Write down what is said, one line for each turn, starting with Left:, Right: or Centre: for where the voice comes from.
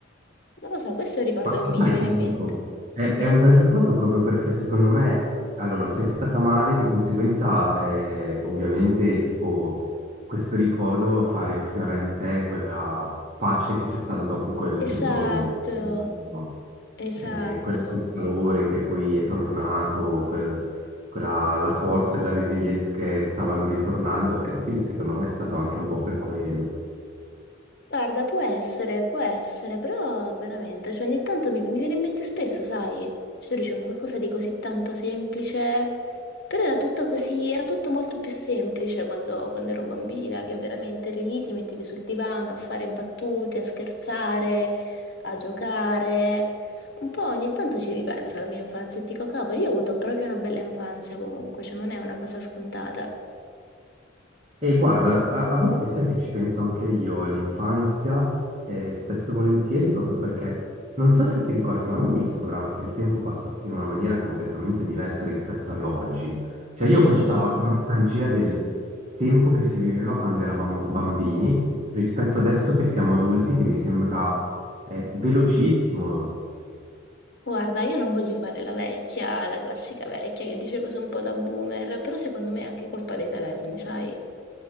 Left: non lo so, questo è un ricordo
Right: Ma
Left: che mi
Right: sai
Left: viene
Right: che
Left: in
Right: ti
Left: mente.
Right: dico, è,
Left: Mhm.
Right: è un bel ricordo proprio perché secondo me, allora, sei stata male, di conseguenza, eh, ovviamente, tipo, questo ricordo fa riaffiorare in te quella pace che c'è stata dopo quel febbrone
Left: Esatto,
Right: difficile, no?
Left: esatto.
Right: Eh, quel, quel calore che poi è tornato, quel- quella, la forza e la resilienza che stavano ritornando, e quindi secondo me è stato anche un po' per quello.
Left: Guarda, può essere, può essere, però veramente, cioè ogni tanto mi, mi viene in mente spesso, sai? Cioè tu dici un qualcosa di così tanto semplice, però era tutto così, era tutto molto più semplice quando, quando ero bambina, che veramente eri lì, ti mettevi sul divano a fare battute, a scherzare, a giocare. Un po' ogni tanto ci ripenso alla mia infanzia e dico, cavolo, io ho avuto proprio una bella infanzia comunque, cioè non è una cosa scontata.
Right: E guarda, a, a volte sai che ci penso anche io all'infanzia, eh, spesso e volentieri, proprio perché non so se ti ricordi, ma a me mi sembrava che il tempo passasse in una maniera completamente diversa rispetto all'oggi. Cioè
Left: Sì.
Right: io ho questa nostalgia del tempo che si viveva quando eravamo bambini rispetto adesso che siamo adulti, che mi sembra, eh, velocissimo.
Left: Guarda, io non voglio fare la vecchia, la classica vecchia che dice cose un po' da boomer, però secondo me è anche colpa dei telefoni, sai?